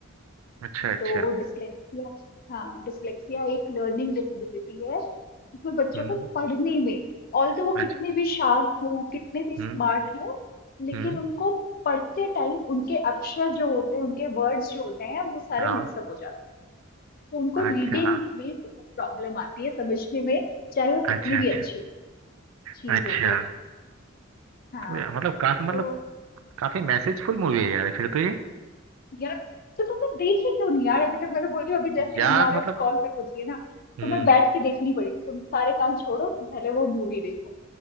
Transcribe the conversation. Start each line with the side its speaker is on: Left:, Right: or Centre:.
Right: अच्छा अच्छा
Left: तो डिसलेक्सिया हाँ डिसलेक्सिया एक लर्निंग डिसेबिलिटी है इसमें बच्चों
Right: हम्म
Left: को पढ़ने में ऑल दो वो
Right: अच्छा
Left: कितने भी शार्प हो कितने भी स्मार्ट
Right: हम्म
Left: हो लेकिन
Right: हम्म
Left: उनको पढ़ते टाइम उनके अक्षर जो होते हैं उनके वर्ड्स जो होते हैं वो सारे
Right: हाँ
Left: मिक्सअप हो जाते हैं तो उनको
Right: अच्छा
Left: रीडिंग में बहुत प्रॉब्लम आती है समझने में चाहे वो
Right: अच्छा
Left: कितने भी
Right: अच्छा
Left: अच्छे हों चीजों
Right: अच्छा
Left: को हाँ
Right: तो यार, मतलब काफी मतलब
Left: तो
Right: काफी मैसेजफुल मूवी
Left: हाँ,
Right: है यार फिर तो ये
Left: यार तो तुमने देखी क्यों नहीं यार अभी तक मैं तो बोल रही हूँ अभी जैसे
Right: यार
Left: हमारा
Right: मतलब
Left: कॉल कट होती है ना
Right: हम्म
Left: तुम्हें बैठ के देखनी पड़ेगी तुम सारे काम छोड़ो तुम पहले वो मूवी देखो